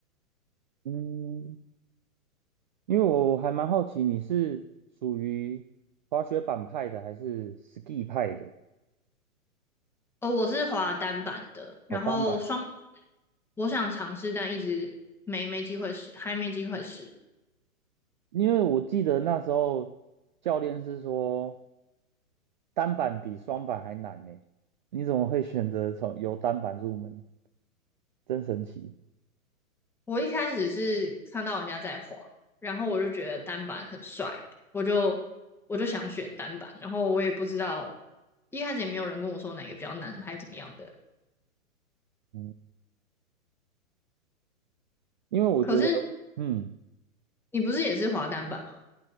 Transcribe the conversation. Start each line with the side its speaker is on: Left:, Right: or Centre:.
Right: 嗯，因为我还蛮好奇你是属于滑雪板派的还是 ski 派的？
Centre: 呃，我是滑单板的，然后双板
Right: 哦，单板。
Centre: 我想尝试，但一直没没机会试，还没机会试。
Right: 因为我记得那时候教练是说单板比双板还难呢，你怎么会选择从由单板入门？真神奇。
Centre: 我一开始是看到人家在滑，然后我就觉得单板很帅，我就我就想选单板，然后我也不知道，一开始也没有人跟我说哪个比较难，还怎么样的。
Right: 嗯，因为我觉得，
Centre: 可是
Right: 嗯，
Centre: 你不是也是滑单板吗？